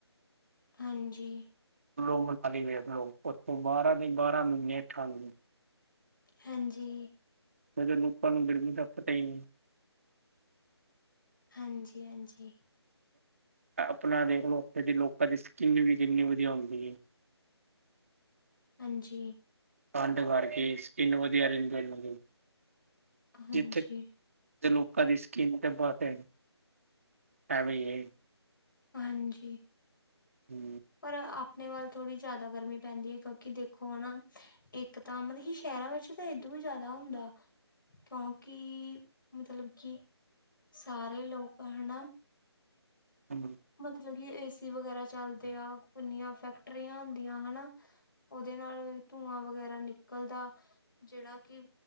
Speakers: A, on the left; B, on the right.
A: ਹਾਂਜੀ।
B: ਲੋ ਮਨਾਲੀ ਵੇਖ ਲਓ, ਓੱਥੇ ਬਾਰਾਂ ਦੀ ਬਾਰਾਂ ਮੀੱਨੇਂ ਠੰਡ
A: ਹਾਂਜੀ।
B: ਮ ਲੋਕਾਂ ਨੂੰ ਬਿਲਕੁਲ ਸਖਤ ਹੈ ਇ ਨਿ।
A: ਹਾਂਜੀ-ਹਾਂਜੀ।
B: ਆਪਣਾ ਦੇਖ ਲਓ, ਏਦੀ ਦੀ ਲੋਕਾਂ ਦੀ ਸਕਿੰਨ ਵੀ ਕਿੰਨੀ ਵਧੀਆ ਹੁੰਦੀ ਏ।
A: ਹਾਂਜੀ।
B: ਭੰਡ ਵਰ ਕੇ ਸਕਿੱਨ ਵਧੀਆ ਰਹਿੰਦੀ ਓਨਾਦਿ,
A: ਹਾਂਜੀ
B: ਜਿੱਥੇ ਤੇ ਲੋਕਾਂ ਦੀ ਸਕਿਨ ਤੇ ਬੋਤੇ, ਐਵੇਂ ਇਂ ਏ।
A: ਹਾਂਜੀ।
B: ਹੰ,
A: ਪਰ ਆਪਣੇ ਵੱਲ ਥੋੜ੍ਹੀ ਜਾਦਾ ਗਰਮੀ ਪੈਂਦੀ ਏ, ਕਿਉਂਕਿ ਦੇਖੋ ਹੋਣ ਇੱਕ ਤਾਂ ਮਤਲਬ, ਹਿ ਸ਼ਹਿਰਾਂ ਵਿੱਚ ਤਾਂ ਏਦੋਂ ਹੀ ਜਾਦਾ ਹੁੰਦਾ। ਕਿਉਂਕਿ ਮਤਲਬ ਕਿ, ਸਾਰੇ ਲੋਕ ਹਣਾ
B: ਹਾਂਜੀ।
A: ਮਤਲਬ ਕਿ ਏਸੀ ਵਗੈਰਾ ਚਲਦੇ ਆ, ਕਿਨੀਆਂ ਫੈਕਟਰੀਆਂ ਹੁੰਦੀਆਂ ਹਨਾ? ਓਹਦੇ ਨਾਲ, ਧੂੰਆਂ ਵਗੈਰਾ ਨਿੱਕਲਦਾ ਜੇੜਾ ਕਿ,